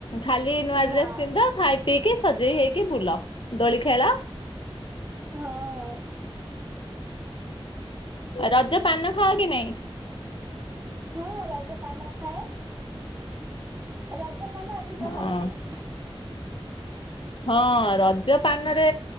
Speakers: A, on the left; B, on the right.
A: ଖାଲି ନୂଆ
B: ନା
A: ଡ୍ରେସ ପିନ୍ଧିଦ ଖାଇ ପିଇକି ସଜେଇ ହେଇକି ବୁଲ ଦୋଳି ଖେଳ
B: ହଁ
A: ରଜ ପାନ ଖାଅ କି ନାଇଁ?
B: ହଁ ରଜପାନ ଖାଏ, ରଜ ପାନ ଅଧିକ
A: ହଁ
B: ଭଲ ଲାଗେ।
A: ହଁ ରଜ ପାନରେ